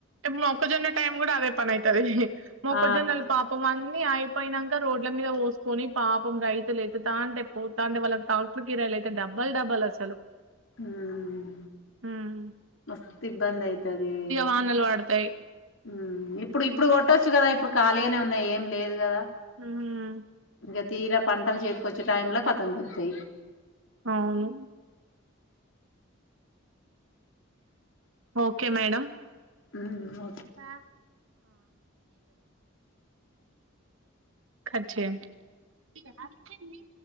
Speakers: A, on the right; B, on the left.
A: ఇటు మొక్కజొన్న టైం కూడా అదే పని అయితది మొక్కజొన్నలు
B: ఆ
A: పాపం అన్ని ఆయి పోయినంకా రోడ్ల మీద పోసుకొని పాపం రైతులు ఎత్తుత అంటే పోత్తాంటే వాళ్ళ ట్రాక్టర్ కిరాలు అయితే డబల్ డబల్ అసలు
B: ఉమ్
A: ఉమ్
B: మస్తు ఇబ్బంది అయితది
A: వానలు పడతాయి.
B: మ్ ఇప్పుడు ఇప్పుడు కొట్టొచ్చు కదా కదా ఇప్పుడు ఖాళీగానే ఉన్నాయి కదా ఏం లేదు కదా
A: హ్మ్.
B: ఇంకా తీరా పంటలు చేతికొచ్చే టైం లో కతం చేత్తాయి
A: అవును. ఓకే మేడం
B: ఉమ్
A: ఆ కట్ చేయండి